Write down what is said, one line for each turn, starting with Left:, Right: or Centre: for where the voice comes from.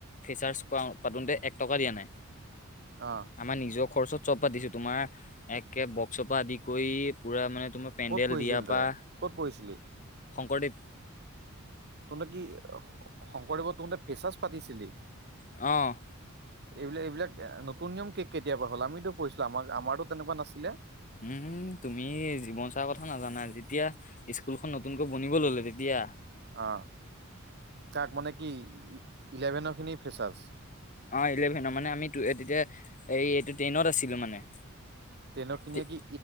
Left: ফেচাৰ্চ পাতোতে এক টকা দিয়া নাই।
Right: অঁ।
Left: আমাৰ নিজৰ খৰচত চব পাতিছো তোমাৰ একে বক্সৰ পৰা আদি কৰি পুৰা মানে তোমাৰ। পেণ্ডেল
Right: ক'ত পঢ়িছিলি
Left: দিয়াৰ পৰা
Right: তই ক'ত পঢ়িছিলি?
Left: শংকৰদেৱ,
Right: তহঁতে কি শঙ্কৰদেৱত তহঁতে ফেচাৰ্জ পাতিছিলি।
Left: অঁ,
Right: এইবিলাক এইবিলাক নতুন নিয়ম কে কেতিয়াবা হ'ল আমিতো পঢ়ছিলো আমাক আমাৰতো তেনেকুৱা নাছিলে।
Left: উম তুমি জীৱন চাৰ কথা নাজানা যেতিয়া, স্কুলখন নতুনকৈ বনিব ললে তেতিয়া।
Right: অঁ, তাক মানে কি ইলেভেনৰ খিনি ফেচাৰ্য।
Left: অঁ ইলেভেনৰ মানে আমি ট তেতিয়া এই এইটো টেনত আছিলোঁ মানে।
Right: টেনৰ খিনিয়ে
Left: তে-
Right: কি